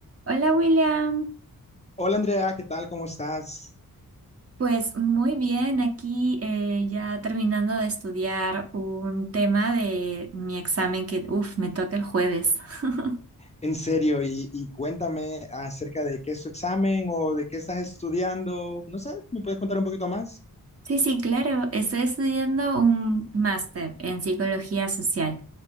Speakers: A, on the right; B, on the left.
A: Hola William,
B: Hola Andrea, ¿qué tal? ¿Cómo estás?
A: pues muy bien, aquí eh, ya terminando de estudiar un tema de mi examen que, uff, me toca el jueves. <laughs>
B: En serio, y, y cuéntame acerca de qué es tu examen o de qué estás estudiando. No sé, ¿me puedes contar un poquito más?
A: Sí, sí, claro, estoy estudiando un máster en psicología social.